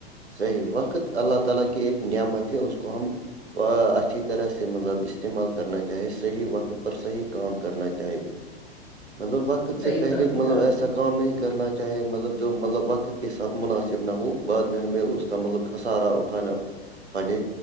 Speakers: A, on the right (about 85°); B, in the centre.
A: صحیح وقت اللہ تعالی کی ایک نعمت ہے اس کو ہم اچھی طرح سے مطلب استعمال کرنا چاہے صحیح وقت پر صحیح کام کرنا چاہے مطلب وقت
B: صحیح
A: سے پہلے
B: فرمایا
A: مطلب
B: آپ
A: ایسا
B: نے
A: کام نہیں کرنا چاہے مطلب جو مطلب وقت کے ساتھ مناسب نہ ہو بعد میں ہمیں اس کا مطلب خسارا اٹھانا پڑھے